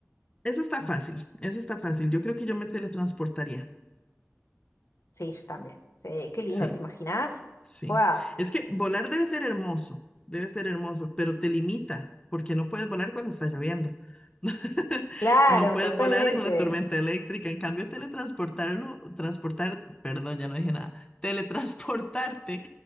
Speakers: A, on the left; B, on the left.
A: Eso está fácil, eso está fácil. Yo creo que yo me teletransportaría.
B: Sí, yo también. Sí, qué lindo,
A: Sí.
B: ¿te imaginás?
A: Sí,
B: Fue
A: es que volar debe ser hermoso, debe ser hermoso, pero te limita, porque no puedes volar cuando está lloviendo. <laughs>
B: Claro,
A: No puedes
B: totalmente.
A: volar en una tormenta eléctrica. En cambio, teletransportarlo, transportar, perdón, ya no dije nada, <laughs> teletransportarte,